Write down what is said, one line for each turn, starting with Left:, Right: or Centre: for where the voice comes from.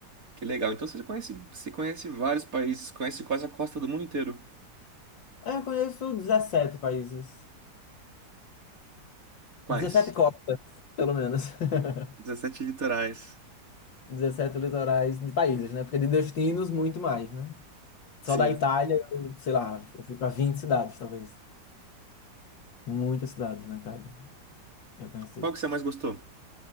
Right: Que legal. Então você conhece, você conhece vários países, conhece quase a costa do mundo inteiro.
Left: É, Eu conheço 17 países.
Right: Quais?
Left: 17 copas, pelo menos. <laughs>
Right: dezessete litorais.
Left: 17 litorais de países, né? Porque de destinos, muito mais, né?
Right: Sim.
Left: Só da Itália, eu, sei lá, eu fui pra 20 cidades, talvez. Muitas cidades na Itália, eu conheci.
Right: Qual que você mais gostou?